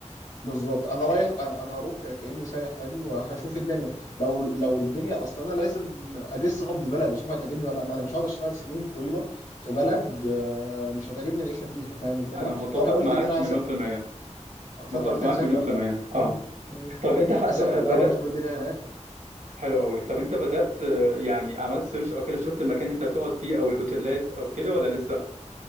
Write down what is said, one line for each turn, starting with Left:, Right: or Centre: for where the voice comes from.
Left: بالظبط انا رايح انا هروح ك- كاني سايح عادي وهشوف الدنيا لو لو الدنيا اصلا انا لازم اجس نبض البلد اشوف هتعجبني ولا لا ما انا مش هقعد اشتغل سنين طويله في بلد آه، مش هتعجبني العيشه فيها فاهم الفكره
Right: انا متفق
Left: فانا قلت
Right: معاك
Left: ان انا
Right: مليون
Left: هس...
Right: في الميه
Left: فانا
Right: متفق
Left: قلت
Right: معاك
Left: هسافر
Right: مليون في
Left: أ-
Right: الميه اه
Left: م- م-
Right: طب انت
Left: اسافر
Right: ح- ب-
Left: الاول
Right: بدات
Left: اشوف الدنيا هناك
Right: حلو قوي طب انت بدات آه، يعني عملت سيرش او كده شفت المكان اللي انت هتقعد فيه او الاوتيلات او كده ولا لسه